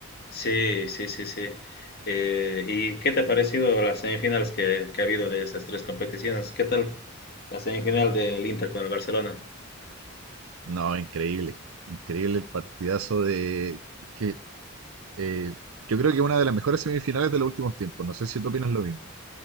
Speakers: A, on the left; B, on the right.
A: Sí, sí, sí, sí. Eh, ¿y qué te ha parecido las semifinales que, que ha habido de esas tres competiciones? ¿Qué tal la semifinal del Inter con el Barcelona?
B: No, increíble. Increíble el partidazo de... que eh, Yo creo que una de las mejores semifinales de los últimos tiempos. No sé si tú opinas lo mismo.